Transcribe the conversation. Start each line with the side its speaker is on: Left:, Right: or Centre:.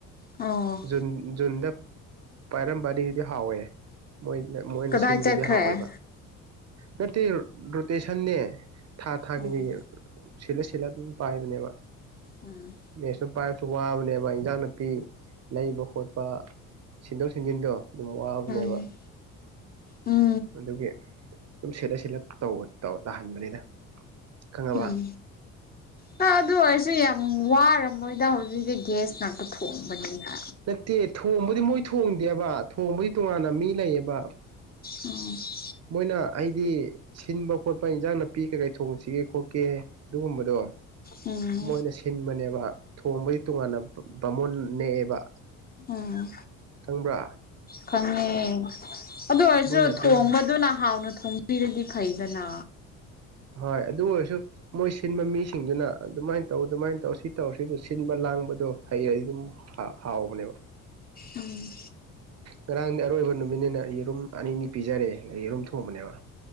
Left: ꯑꯣ
Right: ꯖꯨꯟ ꯖꯨꯟꯗ ꯄꯥꯏꯔꯝꯕ ꯑꯅꯤꯗꯨꯗꯤ ꯍꯥꯎꯋꯦ ꯃꯣꯏꯅ ꯃꯣꯏꯅ
Left: ꯀꯗꯥꯏ
Right: ꯁꯤꯟꯕꯁꯤꯗꯤ
Left: ꯆꯠꯈ꯭ꯔꯦ
Right: ꯍꯥꯎꯋꯦꯕ ꯅꯠꯇꯦ ꯔꯣꯇꯦꯁꯟꯅꯦ ꯊꯥ ꯊꯥꯒꯤ
Left: ꯑꯣ
Right: ꯁꯤꯜꯂ ꯁꯤꯜꯂ ꯑꯗꯨꯝ ꯄꯥꯏꯕꯅꯦꯕ
Left: ꯎꯝ
Right: ꯃꯦꯛꯁꯅ ꯄꯥꯏꯕꯁ‌ꯦ ꯋꯥꯕꯅꯦꯕ ꯏꯟꯖꯥꯡ ꯅꯥꯄꯤ ꯂꯩꯕ ꯈꯣꯠꯄ ꯁꯤꯟꯗꯣꯛ ꯁꯤꯟꯖꯤꯟꯗꯣ ꯑꯗꯨꯝ ꯋꯥꯕꯅꯦꯕ
Left: ꯎꯝ ꯎꯝ
Right: ꯑꯗꯨꯒꯤ ꯁꯨꯝ ꯁꯦꯜꯂ ꯁꯦꯜꯂ ꯇꯧ ꯇꯥꯍꯟꯕꯅꯤꯗ ꯈꯪꯉꯕ
Left: ꯎꯝ ꯅꯪ ꯑꯗꯨ ꯑꯣꯏꯔꯁꯨ ꯌꯥꯝ ꯋꯥꯔꯝꯃꯣꯏꯗ ꯍꯧꯖꯤꯛꯇꯤ ꯒ꯭ꯌꯥꯁꯅ ꯅ ꯊꯣꯡꯕꯅꯤꯅ
Right: ꯗꯦ ꯊꯣꯡꯕꯗꯤ ꯃꯣꯏ ꯊꯣꯡꯗꯦꯕ ꯊꯣꯡꯕꯩ ꯇꯣꯉꯥꯟꯅ ꯃꯤ ꯂꯩꯌꯦꯕ
Left: ꯑꯣ
Right: ꯃꯣꯏꯅ ꯍꯥꯏꯗꯤ ꯁꯤꯟꯕ ꯈꯣꯠꯄ ꯏꯟꯖꯥꯡ ꯅꯥꯄꯤ ꯀꯩ ꯀꯩ ꯊꯣꯡꯁꯤꯒꯦ ꯈꯣꯠꯀꯦ ꯑꯗꯨꯒꯨꯝꯕꯗꯣ
Left: ꯎꯝ
Right: ꯃꯣꯏꯅ ꯁꯤꯟꯕꯅꯦꯕ ꯊꯣꯡꯕꯩꯗꯤ ꯇꯣꯉꯥꯟꯅ ꯕꯥꯃꯣꯟ ꯅꯦꯛꯑꯦꯕ
Left: ꯎꯝ
Right: ꯈꯪꯕ꯭ꯔꯥ
Left: ꯈꯪꯉꯦ ꯑꯗꯨ ꯑꯣꯏꯔꯁꯨ
Right: ꯃꯣꯏꯅ ꯑꯗꯨꯝ
Left: ꯊꯣꯡꯕꯗꯨꯅ ꯍꯥꯎꯅ ꯊꯣꯡ ꯕꯤꯔꯗꯤ ꯐꯩꯗꯅ
Right: ꯍꯣꯏ ꯑꯗꯨ ꯑꯣꯏꯔꯁꯨ ꯃꯣꯏ ꯁꯤꯟꯕ ꯃꯤꯁꯤꯡꯗꯨꯅ ꯑꯗꯨꯃꯥꯏꯅ ꯇꯧ ꯑꯗꯨꯃꯥꯏꯅ ꯇꯧ ꯁꯤ ꯇꯧꯔꯁꯤ ꯁꯤꯟꯕ ꯂꯥꯡꯕꯗꯣ ꯍꯩꯔꯗꯤ ꯑꯗꯨꯝ ꯍꯥ ꯍꯥꯎꯕꯅꯦꯕ
Left: ꯎꯝ
Right: ꯉꯔꯥꯡꯗꯤ ꯑꯔꯣꯏꯕ ꯅꯨꯃꯤꯠꯅꯤꯅ ꯌꯦꯔꯨꯝ ꯑꯅꯤꯅꯤ ꯄꯤꯖꯔꯦ ꯌꯦꯔꯨꯝ ꯊꯣꯡꯕꯅꯦꯕ